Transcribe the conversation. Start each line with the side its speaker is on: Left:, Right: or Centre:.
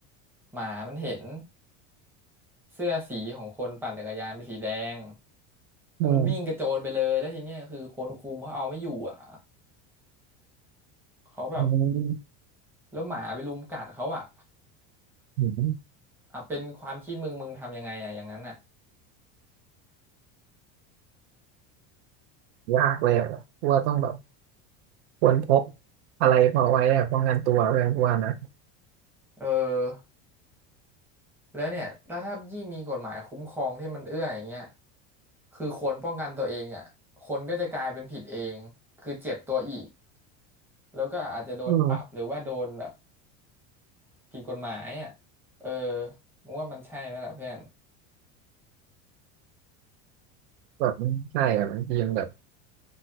Centre: หมามันเห็นเสื้อสีของคนปั่นจักรยานเป็นสีแดงแล้วมันวิ่งกระโจนไปเลยแล้วทีเนี้ยคือคนคุมเขาเอาไม่อยู่อ่ะ
Right: อืม
Centre: เขาแบบ
Right: อืม
Centre: แล้วหมาไปรุมกัดเขาอ่ะ
Right: อืม
Centre: อ่ะเป็นความคิดมึงมึงทำยังไงอ่ะอย่างนั้นอ่ะ
Right: ยากเลยอ่ะกูว่าต้องแบบควรพกอะไรพอไว้อ่ะป้องกันตัวเพื่อนกูว่านะ
Centre: เออ แล้วเนี่ยถ้าถ้ายิ่งมีกฎหมายคุ้มครองที่มันเอื้ออย่างเงี้ยคือคนป้องกันตัวเองอ่ะคนก็จะกลายเป็นผิดเอง คือเจ็บตัวอีก แล้วก็อาจจะโดนปรับหรือว่าโดนแบบ
Right: อืม
Centre: ผิดกฎหมายอ่ะเออมึงว่ามันใช่ไหมล่ะเพื่อน
Right: แบบมันใช่อ่ะบางทีมันแบบ